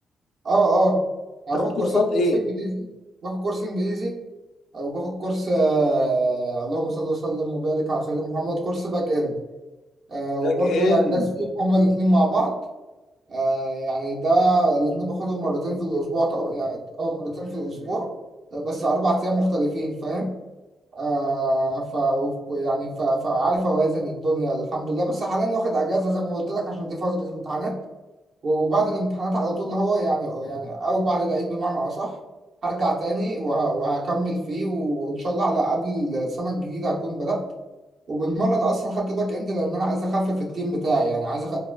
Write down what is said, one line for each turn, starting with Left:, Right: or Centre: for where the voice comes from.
Right: اه اه انا
Left: بتاخد
Right: باخد
Left: كورسات
Right: كورسات
Left: ايه
Right: كورس انجليزي باخد كورس انجليزي او باخد كورس آه، اللهم صل وسلم وبارك على سيدنا محمد كورس باك اند آه وبرضو
Left: باك اند
Right: يعني داس فيهم هما الاتنين مع بعض آه يعني ده الاتنين باخدهم مرتين في الأسبوع طبعا يعني أو مرتين في الأسبوع آه، بس أربع أيام مختلفين فاهم آه ف يعني ف... فعارف أوازن الدنيا الحمد لله بس حاليا واخد أجازة زي ما قلت لك عشان دي فترة امتحانات وبعد الامتحانات على طول اللي هو يعني يعني أو بعد العيد بمعنى أصح هرجع تاني وه... وهكمل فيه وإن شاء الله على قبل السنة الجديدة هكون بدأت وبالمره انا اصلا خدت باك اند لان انا عايز اخفف التيم بتاعي يعني عايز أخ...